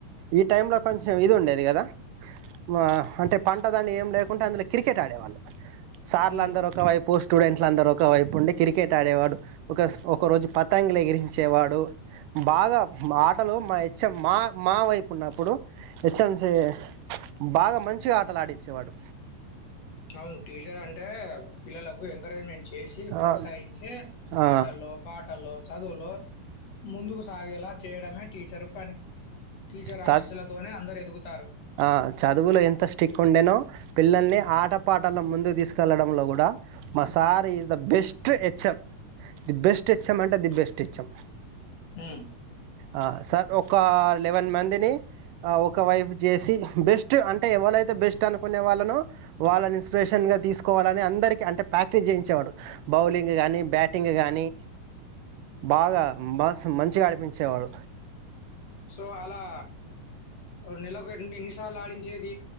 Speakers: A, on the right; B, on the left.
A: ఈ టైంలో కొంచెం ఇది ఉండేది కదా. మా అంటే పంట దానీ ఏం లేకుంటే అందులో క్రికెట్ ఆడేవాల్లాం. సార్ల
B: హ్మ్.
A: అందరుూ ఒక వైపోస్ట్ స్టూడెంట్లు అందరుూ ఒక వైపు ఉండి. క్రికెట్ ఆడేవాడు ఒక స్ ఒక రోజు పతంగులు ఎగిరించేవాడు. బాగా మా ఆటలు మా హెచ్. ఎం మా మా వైపు ఉన్నప్పుడు హెచ్. ఎం జె బాగా మంచిగా ఆటలు ఆడించేవాడు.
B: అవును టీచర్ అంటే పిల్లలకు ఎంకరేజ్మెంట్ చేసి ప్రోత్సహించే
A: ఆ, ఆ,
B: ఆటల్లో, పాటల్లో, చదువులో ముందుకు సాగేలా చేయడమే టీచర్ పని టీచర్
A: చ-
B: ఆశీసులతోనే అందరు ఎదుగుతారు
A: ఆ చదువులో ఎంత స్టిక్ ఉండేనో పిల్లల్ని ఆట పాటల ముందుకు తీసుకెళ్లడంలో గుడా మా sir is the best HM the best HM అంటే ది బెస్ట్ హెచ్ఎమ్
B: ఆహ్
A: ఆ సార్ ఒక లెవెన్ మందిని ఆ ఒక వైఫ్ చేసి బెస్ట్ అంటే ఎవలైతే బెస్ట్ అనుకునే వాళ్ళనో వాళ్ళని ఇన్స్పిరేషన్గా తీసుకోవాలని అందరికీ. అంటే ప్రాక్టీస్ చేయించేవాడు బౌలింగ్ కానీ, బ్యాటింగ్ కానీ, బాగా మాస్ మంచిగా అడిపించేవాడు.
B: సో అలా ఒక నెల ఎన్ని సార్ల ఆడింది. ఏది